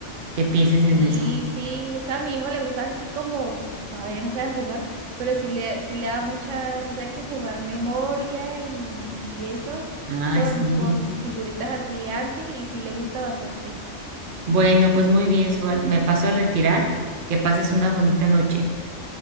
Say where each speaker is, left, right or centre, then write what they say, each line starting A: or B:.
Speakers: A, on the right; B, on the right.
A: qué pienses en
B: Sí,
A: eso.
B: sí, justo a mi hijo le gusta así como todavía no sabe jugar, pero sí le, sí le da mucha risa que jugar memoria y, y eso
A: Ay,
B: con,
A: sí.
B: con figuritas así antes y sí le gusta bastante.
A: Bueno, pues muy bien, Suar. Me paso a retirar. Que pases una bonita noche.